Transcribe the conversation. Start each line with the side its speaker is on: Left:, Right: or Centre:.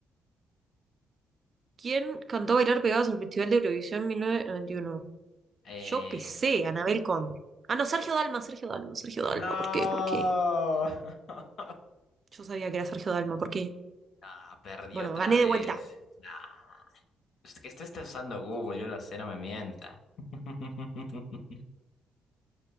Right: ¿Quién cantó Bailar Pegados en el Festival de Eurovisión 1991?
Left: Eh,
Right: Yo qué sé, Anabel Conde. Ah, no, Sergio Dalma, Sergio Dalma, Sergio
Left: No.
Right: Dalma. ¿Por qué? ¿Por qué?
Left: <laughs>
Right: Yo sabía que era Sergio Dalma. ¿Por qué?
Left: ah, perdí
Right: Bueno,
Left: otra
Right: gané
Left: vez.
Right: de vuelta.
Left: Ah, es que esto está usando Google, yo lo sé, no me mienta. <laughs>